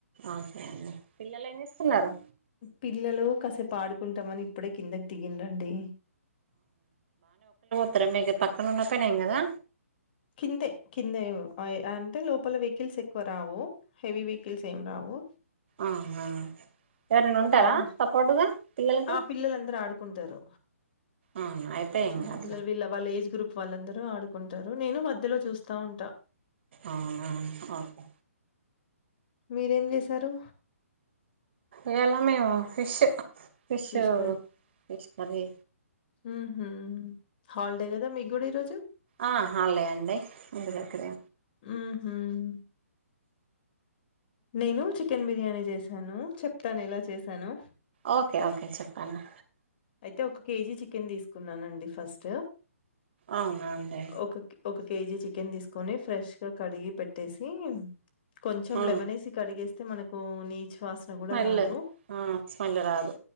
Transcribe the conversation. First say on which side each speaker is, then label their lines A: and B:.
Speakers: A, on the right; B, on the left.
A: ఓకే పిల్లలు ఏం చేస్తున్నారు
B: పిల్లలు కాసేపు ఆడుకుంటామని ఇప్పుడే కిందకి దిగిండు అండి
A: అ మీకు పక్కన ఉన్న పని అయినదా
B: కిందే కిందే అంటే లోపల వెహికల్స్ ఎక్కువ రావు హెవీ వెహికల్స్ ఏం రావు
A: ఆహ ఎవరినైనా ఉంటారా
B: కాల్
A: సపోర్టుగా పిల్లలకి
B: ఆ పిల్లలుందరు ఆడుకుంటారు
A: అవునా అయితే ఏం
B: చిన్న
A: కాదులే
B: పిల్లలు వీళ్ళ వాళ్ళ ఏజ్ గ్రూప్ వాళ్ళందరూ ఆడుకుంటారు నేను మధ్యలో చూస్తా ఉంటా
A: అవునా ఓకే
B: మీరేం చేశారు
A: ఇయాలానేమో fish fish
B: fish
A: fish curry
B: ఉహు హాల్డే కదా మీ కూడా ఈరోజు
A: ఆ హల్డే అండి ఇంటి దగ్గరే
B: మ్మ్ నిను కూడా చికెన్ బి బిర్యానీ చేశాను చెప్తాను ఎలా చేశానో
A: ఓకే ఓకే చెప్పండి
B: అయితే ఒక కేజీ చికెన్ తీసుకున్నానండి ఫస్ట్
A: అవునా అండి
B: ఒక ఒక కేజీ చికెన్ తీసుకొని ఫ్రెష్ గా కడిగి పెట్టేసి కొంచెం
A: ఉమ్
B: లెమనేసి కడిగేస్తే మనకు నీచ్ వాసన కూడా
A: స్మెల్
B: రాదు
A: ఆ స్మెల్ రాదు